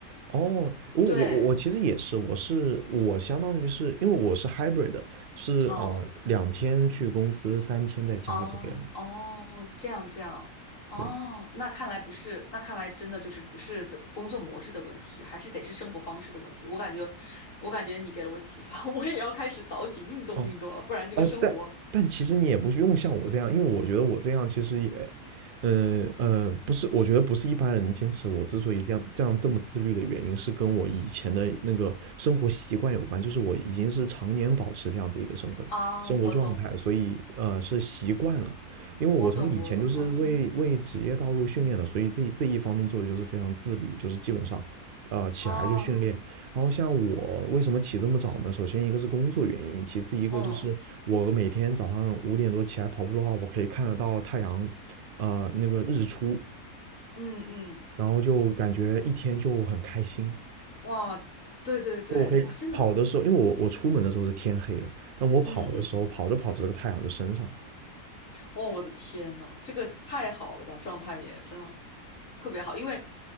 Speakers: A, on the right; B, on the left.
A: 哦，我我我我其实也是，
B: 对，
A: 我是我相当于是因为我是 hybrid 的，是呃两天去公司，
B: 嗯。
A: 三天在家这个样子。
B: 哦哦，这样这样，哦，
A: 对，
B: 那看来不是，那看来真的就是不是在工作模式的问题，还是得是生活方式的问题。我感觉，我感觉你给了我启发，<laughs> 我也要开始早起运动运动了，
A: 哦，
B: 不然这个生活
A: 呃，但但其实你也不用像我这样，因为我觉得我这样其实也，嗯嗯，呃不是，我觉得不是一般人能坚持。我之所以这样这样这么自律的原因，是跟我以前的那个生活习惯有关，就是我已经是常年保持这样子一个生活生活状态，
B: 啊，我懂，
A: 所以呃是习惯了。因为我从以前就是为为职业道路训练的，
B: 我懂，我懂，哦
A: 所以这一这一方面做的就是非常自律，就是基本上，呃，起来就训练，
B: 哦，
A: 然后像我为什么起这么早呢？首先一个是工作原因，其次一个就是我每天早上五点多起来跑步的话，
B: 嗯
A: 我可以看得到太阳，呃，那个日出，
B: 嗯嗯，
A: 然后就感觉一天就很开心。
B: 哇，对对对，
A: 就我可以跑的时候，
B: 哇，真的，
A: 因为我我出门的时候是天黑的，但我跑的时候，
B: 嗯嗯，
A: 跑着跑着这个太阳就升上了。
B: 哇，我的天呐，这个太好了吧，状态也真的。特别好，因为